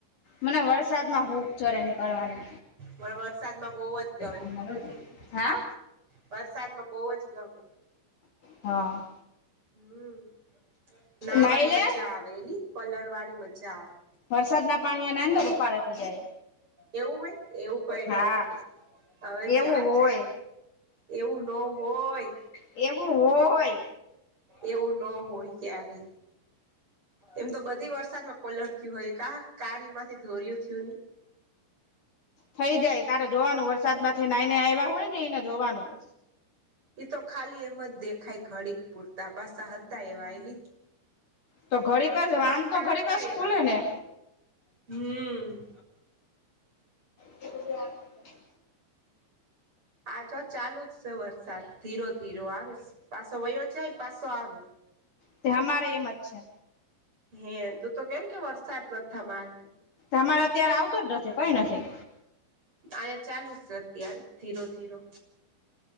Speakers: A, on the left; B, on the right.
A: મને વરસાદ માં હુંખ ચરે હે નીકળવાની
B: મને વરસાદમાં બહુ જ ગમે
A: <unintelligible> હા.
B: વરસાદમાં બહુ જ ગમે
A: હા.
B: હમ્મ નાહવાની
A: નાઈ લે
B: મજા આવે એલી પલળવાની મજા આવે
A: વરસાદ ના પાણી ના ને તો રૂપાડા થઇ જાય
B: એવું હોય એવું કઈ
A: હા
B: ન હોય હવે
A: એવું
B: જાજ
A: હોય
B: એવું ન હોય.
A: એવું હોય.
B: એવું ન હોય ક્યારે એમ તો બધી વરસાદમાં પલળતી હોય કા કારમાંથી ધોર્યું થયું ને
A: થઈ જાય તારે જોવાનું વરસાદ માંથી નાઈ ને આવ્યા હોય ને એને જોવાનું
B: તો ખાલી એમ જ દેખાય ઘડીક પૂરતા પાસા હતા એવાયલી
A: તો ઘડીક જ
B: પાસા
A: વાન તો ઘડીક
B: હતા
A: જ
B: એવા.
A: ખુલે ને
B: હમ્મ.
A: એ બધું આની કરશે.
B: આજો ચાલુ જ છે વરસાદ ધીરો ધીરો આવે પાછો વયો જાય પાછો આવે
A: તે અમારે એમ જ છે.
B: હે તું તો કેમ કે વરસાદ ન થ માર
A: અમારે અત્યારે આવતો જ નથી કઈ નથી.
B: અહીયા ચાલુ છે અત્યારે ધીરો ધીરો